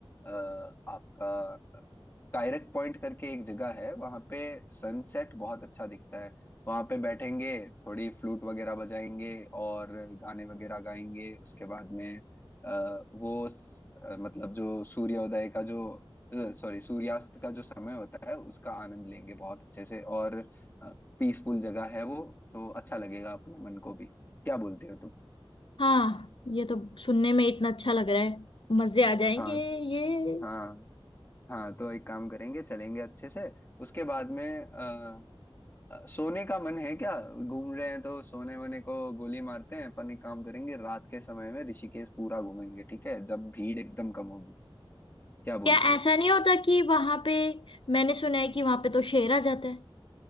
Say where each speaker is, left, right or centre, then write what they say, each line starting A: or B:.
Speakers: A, on the left; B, on the left.
A: आ, आपका कायरक पॉइंट करके एक जगह है वहां पे सनसेट बहुत अच्छा दिखता है वहां पे बैठेंगे थोड़ी फ्लूट वगैरह बजाएंगे और गाने वगैरह गाएंगे उसके बाद में आ, वो स- अ, मतलब जो सूर्योदय का जो सॉरी सूर्यास्त का जो समय होता है उसका आनंद लेंगे बहुत अच्छे से और पीसफुल जगह है वो तो अच्छा लगेगा अपने मन को भी क्या बोलते हो
B: हाँ ये तो सुनने में इतना अच्छा लग रहा है मजे आ जाएंगे
A: हाँ
B: ये
A: हाँ हाँ तो एक काम करेंगे चलेंगे अच्छे से उसके बाद में अ, अ, सोने का मन है क्या घूम रहे हैं तो सोने वोने को गोली मारते हैं अपन एक काम करेंगे रात के समय में ऋषिकेश पूरा घूमेंगे ठीक है जब भीड़ एकदम कम होगी क्या
B: क्या
A: बोलती हो
B: ऐसा नहीं होता कि वहां पे मैंने सुना है कि वहां पे तो शेर आ जाता है